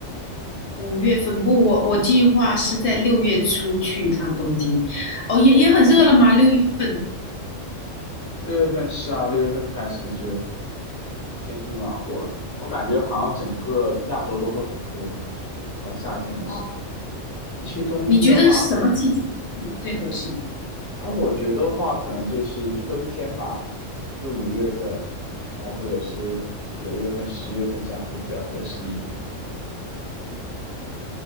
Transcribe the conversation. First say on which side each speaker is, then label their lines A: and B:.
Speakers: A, on the left; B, on the left.
A: 五月份不，我我计划是在六月初去一趟东京。哦，也也很热了吗？
B: 哦，
A: 六月份
B: 六月份是啊，六月份开始就天气暖和了。我感觉好像整个亚洲都会很热，到夏天的时候。
A: 哦，
B: 你去东京的话。
A: 你觉得什么季节去最合适呢？
B: 而我觉得话，可能就是春天吧，四五月份，然后或者是九月份、十月份这样会比较合适一点。嗯